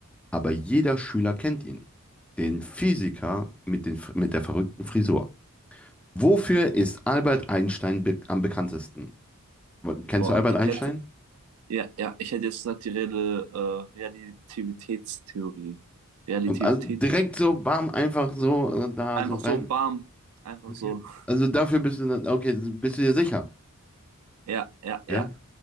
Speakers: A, in the centre; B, on the right (about 80°).
A: aber jeder Schüler kennt ihn. Den Physiker mit, den, mit der verrückten Frisur. Wofür ist Albert Einstein be am bekanntesten? Kennst
B: Boah,
A: du Albert
B: ich
A: Einstein?
B: hätte, ja, ja, ich hätte jetzt gesagt, die Rede, äh, Relativitätstheorie. Relativitäts,
A: Und Also direkt so, bam, einfach so äh, da
B: einfach
A: so rein.
B: so, bam, einfach
A: Okay.
B: so. <laughs>
A: Also dafür bist du dann, okay, bist du dir sicher?
B: Ja, ja, ja.
A: Ja?